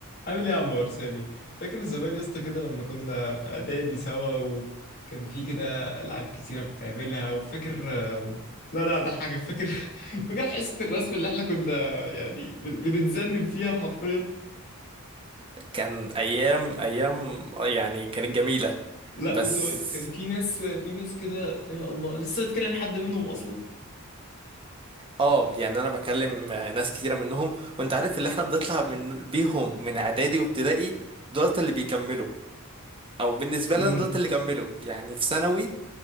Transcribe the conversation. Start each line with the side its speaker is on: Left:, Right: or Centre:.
Left: عامل ايه يا عم ارساني فاكر زمان يا اسطى كده لما كنا في اعدادي سوا وكان في كده العاب كتيره بتعملها وفاكر آم، لا لا ده حاجه فاكر <laughs> فاكر حصه الرسم اللي احنا كنا يعني بن- بنتذنب فيها حرفيا
Right: كان ايام ايام آه يعني كانت جميله
Left: لا
Right: بس
Left: وسواء كان في ناس في ناس كده يا الله لسه بتكلم حد منهم اصلا
Right: اه يعني انا بكلم آه، ناس كتيره منهم وانت عارف اللي احنا بنطلع من بيهم من اعدادي وابتدائي دولت اللي بيكملوا او بالنسبه
Left: امم
Right: لي انا دولت اللي كملوا يعني في ثانوي